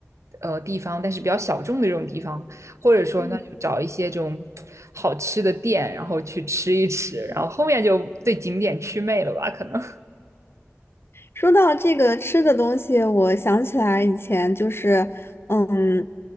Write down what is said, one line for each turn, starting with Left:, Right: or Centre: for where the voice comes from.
Right: 呃地方，但是比较小众的这种地方。或者说那就找一些这种好吃的店，
Left: 嗯。
Right: 然后去吃一吃，然后后面就对景点祛魅了吧？可能。<laughs>
Left: 说到这个吃的东西，我想起来以前就是，嗯，